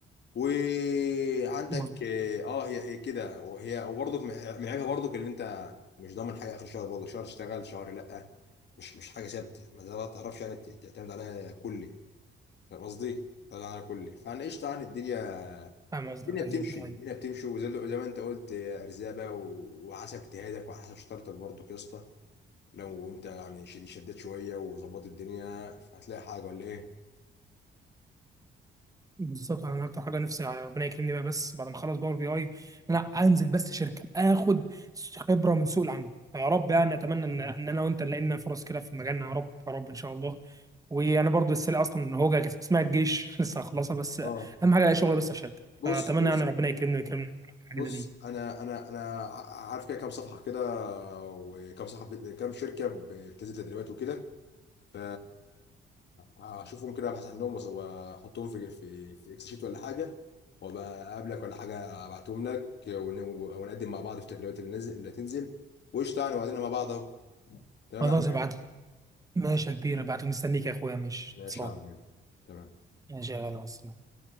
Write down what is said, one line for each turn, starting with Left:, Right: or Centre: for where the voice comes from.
Left: وعندك
Right: مظبوط
Left: اه هي هي كده وهي وبرضك من عيبها برضك اللي انت مش ضامن حاجه اخر الشهر برضك شهر تشتغل شهر لا مش مش حاجه ثابته ما تعرفش يعني تعتمد عليها كلي فاهم قصدي تعتمد عليها كلي فانا قشطه يعني الدنيا
Right: فاهم قصدك
Left: الدنيا بتمشي
Right: اكيد
Left: الدنيا
Right: طيب
Left: بتمشي وزي زي ما انت قلت يا ارزاق و... وحسب اجتهادك وحسب شطارتك برضو يا اسطى لو انت يعني شد- شديت شويه وظبطت الدنيا فهتلاقي حاجه ولا ايه
Right: بالظبط انا اكتر حاجه نفسي ربنا يكرمني بقى بس بعد ما اخلص باور بي اي ان انا انزل بس شركه اخد خبره من سوق العمل فيا رب يعني اتمنى ان ان انا وانت نلاقي لنا فرص كده في مجالنا يا رب يا رب ان شاء الله وانا برضو لسه اصلا هوجه كانت اسمها الجيش <laughs> لسه هخلصها بس
Left: اه
Right: اهم حاجه الاقي شغل بس في شركه
Left: بص
Right: فاتمنى
Left: بص
Right: يعني ربنا يكرمني ويكرمني في الحاجه
Left: بص
Right: دي
Left: انا انا انا ع- عارف كده كام صفحه كده وكام صفحه ب- كام شركه بتنزل تدريبات وكده ف هشوفهم كده ابحث عنهم وأس- واحطهم في في في اكس شيت ولا حاجه وابقى اقابلك ولا حاجه ابعتهم لك ون- ونقدم مع بعض في التدريبات اللي نزل اللي هتنزل وقشطه يعني وبعدين مع بعض اهو تمام
Right: خلاص
Left: يا عم
Right: ابعت لي ماشي يا كبير ابعت لي مستنيك يا اخويا ماشي
Left: ماشي
Right: خلصان
Left: يا عم تمام
Right: ماشي يا غالي مع السلامة.